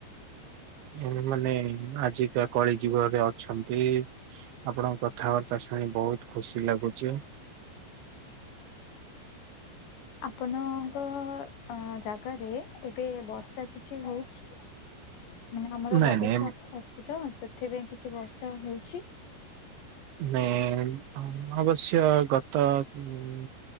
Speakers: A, on the right; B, on the left.
A: ଏ ମାନେ ଆଜିକା କଳି ଯୁଗରେ ଅଛନ୍ତି। ଆପଣଙ୍କ କଥାବାର୍ତ୍ତା ଶୁଣି ବହୁତ ଖୁସି ଲାଗୁଛି।
B: ଆପଣଙ୍କ ଅ ଜାଗାରେ ଏବେ ବର୍ଷା କିଛି ହଉଛି? ମାନେ ଆମର
A: ନାଇଁ
B: ଲଘୁଚାପ
A: ନାଇଁ
B: ଅଛି ତ ସେଥିପାଇଁ କିଛି ବର୍ଷା ହେଉଛି।
A: ନାଇଁ ଅବଶ୍ୟ ଗତ ଉଁ